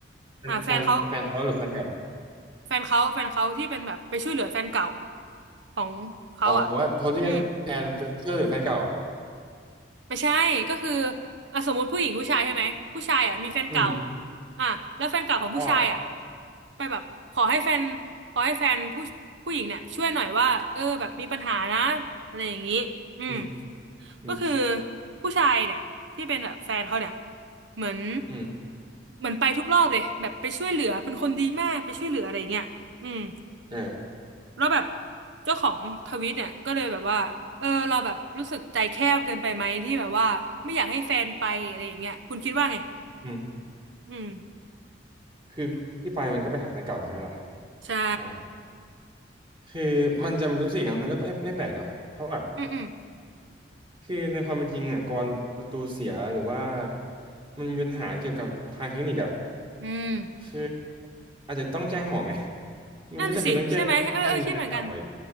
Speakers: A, on the right; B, on the right.
A: แฟนแฟนแฟนเขาหรือแฟนเก่า
B: อ่าแฟนเขา แฟนเขาแฟนเขาที่เป็นแบบไปช่วยเหลือแฟนเก่าของเขาอ่ะ
A: อ๋อหรือว่าโทรเรียกแฟนเพื่อนหรือแฟนเก่า
B: อืมไม่ใช่ก็คืออ่ะสมมุติผู้หญิงผู้ชายใช่ไหมผู้ชายอ่ะมีแฟนเก่า
A: อืม
B: อ่ะแล้วแฟนเก่าของผู้ชายอ่ะ
A: อ๋อ
B: ไปแบบขอให้แฟนขอให้แฟนผู้ผู้หญิงเนี่ยช่วยหน่อยว่าเออแบบมีปัญหานะอะไรอย่างนี้อืม
A: อืมอืม
B: ก็คือผู้ชายเนี่ยที่เป็นแบบแฟนเขาเนี่ยเหมือน
A: อืม
B: เหมือนไปทุกรอบเลยแบบไปช่วยเหลือเป็นคนดีมากไปช่วยเหลืออะไรอย่างเงี้ยอืม
A: เออ
B: แล้วแบบเจ้าของทวิตเนี่ยก็เลยแบบว่าเออเราแบบรู้สึกใจแคบเกินไปไหมที่แบบว่าไม่อยากให้แฟนไปอะไรอย่างเงี้ยคุณคิดว่าไง
A: อืม
B: อืม
A: คือที่ไปมันก็ไปหาแฟนเก่าใช่ไหมล่ะ
B: ใช่
A: อ่าคือมันจะรู้สึกอย่างนั้นมันก็ไม่ไม่แปลกเนาะเพราะแบบ
B: อืมอืม
A: คือในความเป็นจริงอ่ะกรประตูเสียหรือว่ามันมีปัญหาเกี่ยวกับทางเทคนิคอ่ะ
B: อืม
A: คืออาจจะต้องแจ้งหอไหมมันไม่จำเป็นต้องแจ้
B: นั่นน่ะสิใช่ไหมเออเออคิดเหมือนกัน
A: งแฟนเก่าอะดิ